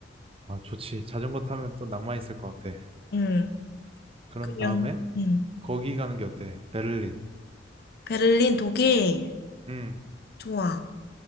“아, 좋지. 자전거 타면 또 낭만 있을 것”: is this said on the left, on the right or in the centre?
Right